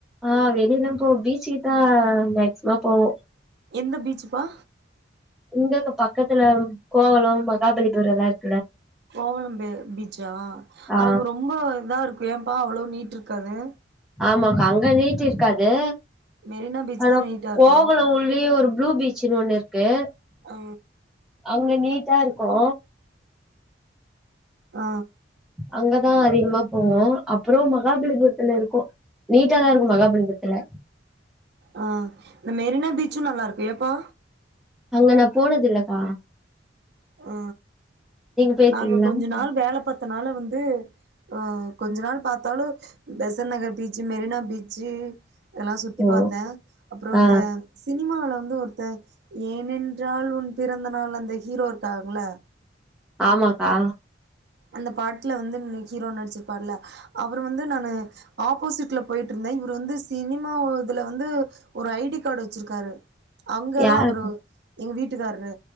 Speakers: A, in the centre; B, on the right.
A: ஆ வெளிலா போவோ பீச்சிக்குதா மேக்சிமோ போவோ
B: எந்த பீச்சுப்பா
A: இங்க பக்கத்துல கோவலம் மகாபலிபுரலா இருக்
B: கோவலம் ப பீச்சா
A: ஆ
B: அதுக்கு ரொம்போ இதா இருக் ஏம்பா அவ்ளோ நீட் இர்க்காது
A: ஆமாங்கா அங்க நீட்டு இருக்காது
B: மெரினா பீச்
A: ஆனா
B: தா நீட்டா இருக்கு
A: கோவலோ உள்ளயே ஒரு ப்ளூ பீச்சன்னு ஒண்ணு இருக்கு
B: ஆ
A: அங்க நீட்டா இருக்கோ
B: ஆ
A: அங்கதா அதிகமா போவோ அப்புறோ மகாபலிபுரத்துல இருக்கோ நீட்டா தா இருக்கோ மகாபலிபுறத்துல
B: ஆ இந்த மெரினா பீச்சு நல்லா இருக்கோ ஏப்பா
A: அங்க நா போனதுலக்கா
B: ஆ
A: போயிருக்கீங்களா
B: நாங்க கொஞ்சோ நாள் வேல பாத்தனால வந்து அ கொஞ்சோ நாள் பார்த்தாலு பெசன் நகர் பீச்சு மெரினா பீச்சு இதெல்லா சுத்தி
A: ஓ
B: பாத்தே அப்புறோ
A: ஆ
B: இந்த சினிமால வந்து ஒருத்த ஏனென் ரால் உன் பிறந்த நாள் அந்த ஹீரோ இருக்காங்கள
A: ஆமாக்கா
B: அந்த பாட்ல வந்து நி ஹீரோ நடிச்சிருப்பாருல அவர் வந்து நானு ஆப்போசிட்ல போயிட்டு இருந் இவரு வந்து சினிமா ஓ இதுல வந்து ஒரு ஐ டி கார்டு வெச்சிருக்காரு அங்கதா
A: யாரு
B: அவரு எங்க வீட்டுக்காரரு